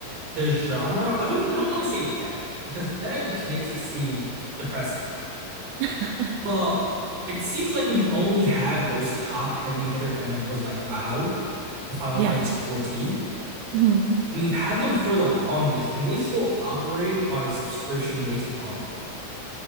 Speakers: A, on the right; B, on the right.
A: the genre, I wouldn't I don't want to say dead, because dead just makes it seem depressive.
B: <laughs>
A: But it seems like we've only had those top heavy hitter MMOs like WoW Final
B: Yes.
A: Fantasy 14.
B: hmm
A: I mean, we've had them for the longest, and they still operate on a subscription-based model.